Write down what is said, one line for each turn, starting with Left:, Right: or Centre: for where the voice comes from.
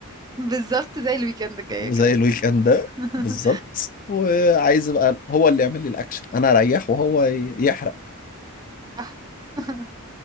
Right: بالظبط زي الويكند جاية كده
Left: زي الويك إند ده
Right: <laughs>
Left: بالظبط وعايز بقى هو اللي يعمل لي الأكشن أنا أريح وهو ي- يحرق
Right: صح <laughs>